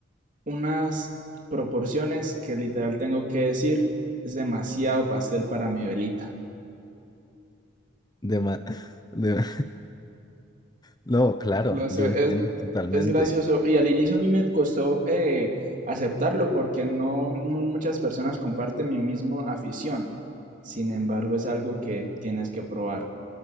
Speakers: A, on the right; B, on the left.
A: unas proporciones que literal tengo que decir, es demasiado pastel para mi velita.
B: De ma- <laughs> de- No, claro,
A: Lo sé,
B: yo entiendo
A: es,
B: totalmente.
A: es gracioso. Y al inicio a mí me costó eh, aceptarlo porque no, no muchas personas comparten mi misma afición. Sin embargo, es algo que tienes que probar.